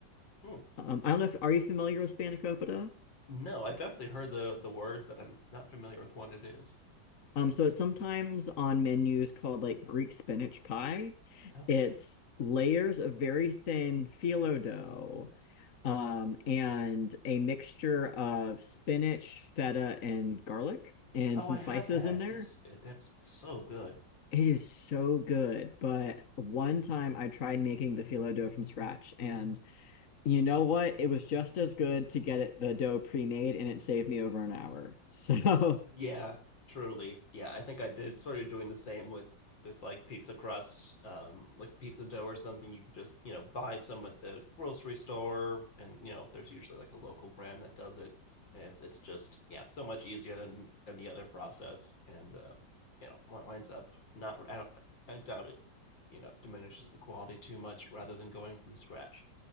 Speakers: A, on the left; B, on the left.
A: Hmm.
B: Um, I don't know if are you familiar with spanakopita?
A: No, I've definitely heard the the word, but I'm not familiar with what it is.
B: Um, so it's sometimes on menus called like Greek spinach pie.
A: Okay.
B: It's layers of very thin phyllo dough, um, and a mixture of spinach, feta, and garlic, and
A: Oh,
B: some
A: I have
B: spices
A: had
B: in there.
A: this. It, that's so good.
B: It is so good. But one time I tried making the phyllo dough from scratch, and you know what? It was just as good to get it, the dough pre-made, and it saved me over an hour. So
A: Yeah,
B: <laughs>
A: truly. Yeah, I think I did started doing the same with with like pizza crust, um, like pizza dough or something. You could just, you know, buy some at the grocery store and, you know, there's usually like a local brand that does it. And it's it's just, yeah, it's so much easier than than the other process. And uh, you know, wi- winds up not I don't, I doubt it, you know, diminishes the quality too much rather than going from scratch.